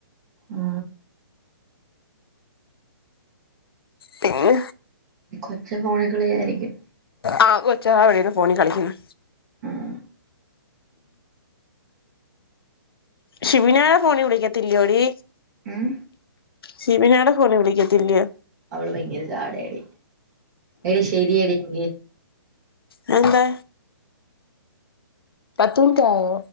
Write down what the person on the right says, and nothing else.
ആ
കൊച്ച് ഫോണിക്കളി ആയിരിക്കും
ഉം.
ഉം.
ഓൾ ഭയങ്കര ജാടേടി എടി ശെരി എടി ങ്കി